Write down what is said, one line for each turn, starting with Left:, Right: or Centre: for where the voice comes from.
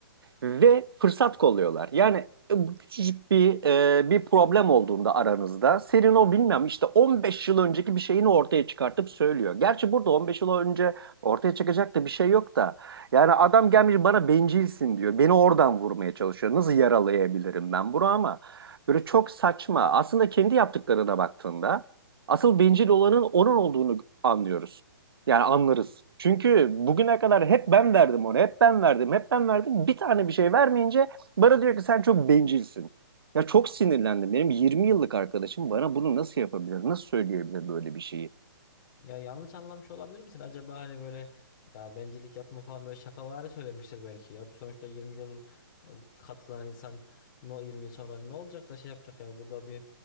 Right: ve fırsat kolluyorlar. Yani e, bu küçücük bir e, bir problem olduğunda aranızda Serino bilmem işte 15 yıl önceki bir şeyini ortaya çıkartıp söylüyor. Gerçi burada 15 yıl önce ortaya çıkacak da bir şey yok da. Yani adam gelmiş bana bencilsin diyor. Beni oradan vurmaya çalışıyor. Nasıl yaralayabilirim ben bunu ama böyle çok saçma. Aslında kendi yaptıklarına baktığında asıl bencil olanın onun olduğunu anlıyoruz. Yani anlarız. Çünkü bugüne kadar hep ben verdim onu, hep ben verdim, hep ben verdim. Bir tane bir şey vermeyince bana diyor ki sen çok bencilsin. Ya çok sinirlendim. Benim 20 yıllık arkadaşım bana bunu nasıl yapabilir, nasıl söyleyebilir böyle bir şeyi?
Left: Ya yanlış anlamış olabilir misin? Acaba hani böyle ya bencillik yapma falan böyle şakavari söylemiştir belki ya. Sonuçta 20 yıl ıı, katlanan insan no 20 yıl sonra ne olacak da şey yapacak yani burada bir